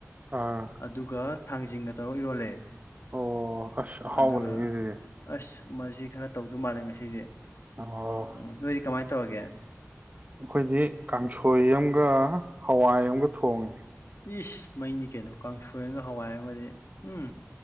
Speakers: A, on the right; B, on the left.
A: ꯑꯥ
B: ꯑꯗꯨꯒ ꯊꯥꯡꯖꯤꯡꯒ ꯇꯧꯔ ꯏꯔꯣꯜꯂꯦ
A: ꯑꯣ ꯑꯁ ꯑꯍꯥꯎꯕꯅꯤꯅꯦ
B: ꯑꯗꯨꯒ
A: ꯑꯗꯨꯗꯤ
B: ꯑꯁ ꯃꯁꯤ ꯈꯔ ꯇꯧꯗꯧ ꯃꯥꯜꯂꯦ ꯉꯁꯤꯁꯦ
A: ꯑꯣ
B: ꯎꯝ ꯅꯣꯏꯗꯤ ꯀꯃꯥꯏ ꯇꯧꯔꯒꯦ
A: ꯑꯩꯈꯣꯏꯗꯤ ꯀꯥꯡꯁꯣꯏ ꯑꯃꯒ ꯍꯋꯥꯏ ꯑꯃꯒ ꯊꯣꯡꯉꯦ
B: ꯏꯁ ꯃꯩꯅꯤ ꯀꯩꯅꯣ ꯀꯥꯡꯁꯣꯏ ꯑꯃꯒ ꯍꯋꯥꯏ ꯑꯃꯒꯗꯤ ꯎꯝ